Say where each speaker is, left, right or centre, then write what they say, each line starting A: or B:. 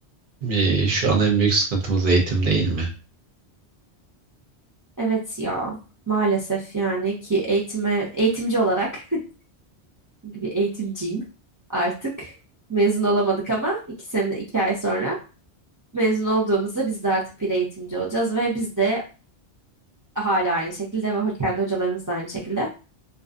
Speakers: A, on the right; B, on the right.
A: e, şu an en büyük sıkıntımız eğitim değil mi?
B: Evet ya. Maalesef yani ki eğitime eğitimci olarak <laughs> çünkü bir eğitimciyim artık. Mezun olamadık ama iki sene iki ay sonra mezun olduğumuzda biz de artık bir eğitimci olacağız ve biz de hala aynı şekilde ve ho- kendi hocalarımız da aynı şekilde